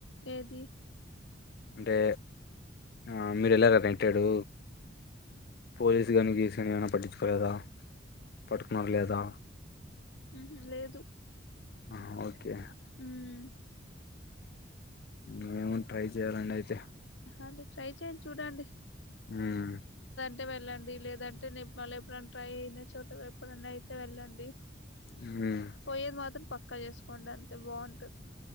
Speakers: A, on the left (about 75°); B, on the left (about 55°).
A: ఏది
B: అంటే ఆ మీర్ ఎలాఎంటాడు పోలీసు కానీ రీసెంట్గా ఏమనా పట్టించుకోలేదా పట్టుకున్నార లేదా
A: ఉంహూ లేదు
B: ఆఓకె కే
A: ఉమ్
B: మేం ట్రై చేయ్యాలండి అయితే
A: అదే ట్రై చే్యఅన్ డి చూడండి
B: ఉమ్
A: తే వెళ్ళండి లేదంటే నిప్ మల్లా ఎప్పుడైనా ట్రై అయిన చోట ఎప్పుడనా అయితే వెళ్ళండి
B: ఉమ్
A: పోయ్యేది మాత్రమ్ పక్ పక్క చేసుకోండి అంతే బాగుంటది